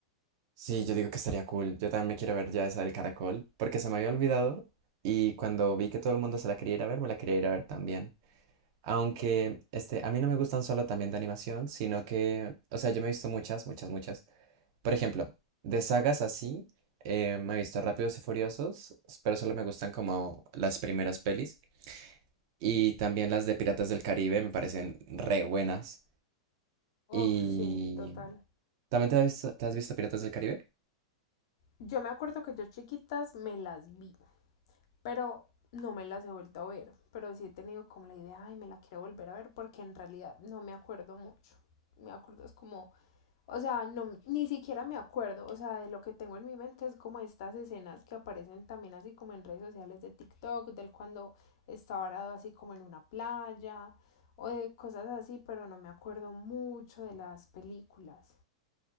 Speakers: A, on the right; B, on the left.
A: Sí, yo digo que estaría cool. Yo también me quiero ver ya esa del caracol, porque se me había olvidado y cuando vi que todo el mundo se la quería ir a ver, me la quería ir a ver también. Aunque este, a mí no me gustan solo también de animación, sino que, o sea, yo me he visto muchas, muchas, muchas. Por ejemplo, de sagas así, eh, me he visto Rápidos y Furiosos, pero solo me gustan como las primeras pelis. Y también las de Piratas del Caribe me parecen re buenas. Y...
B: Uf, sí, total.
A: ¿También te has visto, te has visto Piratas del Caribe?
B: Yo me acuerdo que yo chiquitas me las vi, pero no me las he vuelto a ver. Pero sí he tenido como la idea, ay, me la quiero volver a ver, porque en realidad no me acuerdo mucho. Me acuerdo es como, o sea, no, ni siquiera me acuerdo, o sea, de lo que tengo en mi mente es como estas escenas que aparecen también así como en redes sociales de TikTok, del cuando está varado así como en una playa o de cosas así, pero no me acuerdo mucho de las películas.